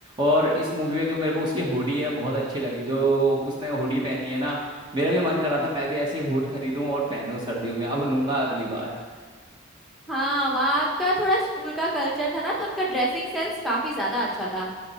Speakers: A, on the right; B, in the centre.
A: और इस मूवी में जो मेरे को उसकी हुडी है बहुत अच्छी लगी जो उसने हुडी पहनी है ना मेरा भी मन करा था मैं भी ऐसी हुड खरीदूं और पहनूं सर्दियों में अब लूंगा अगली बार
B: हाँ वहाँ का थोड़ा स्कूल का कल्चर था ना तो उनका ड्रेसिंग सेंस काफी ज्यादा अच्छा था